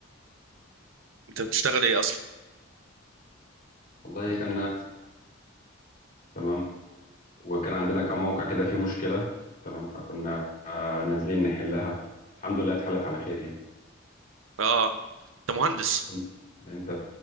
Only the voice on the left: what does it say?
والله كان تمام وكان عندنا كم موقع كده فيه مشكلة تمام فكنا آه، نازلين نحلها الحمد لله اتحلت على خير يعني
انت انت